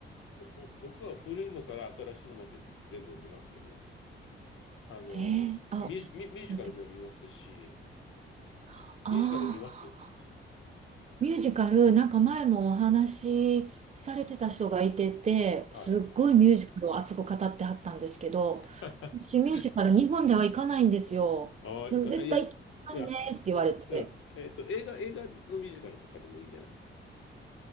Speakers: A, on the left; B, on the right.
A: おお僕は古いのから新しいのまで全部見ますけど、あの、
B: えー、あ、
A: ミュージ、
B: 教えてもらっ
A: ミュミュージカルも見ますし、
B: た。ああ、
A: ミュージカル見ます
B: ミュージカル、なんか前もお話しされてた人がいてて、
A: はい。
B: すっごいミュージカルを熱く語ってはったんですけど、
A: <laughs>
B: 私ミュージカル日本では行かないんですよ。
A: ああ、いか、
B: でも絶対行ってくださいねって言われて、
A: いや、いや、うん。えっと、映画、映画のミュージカルとかでもいいじゃないですか。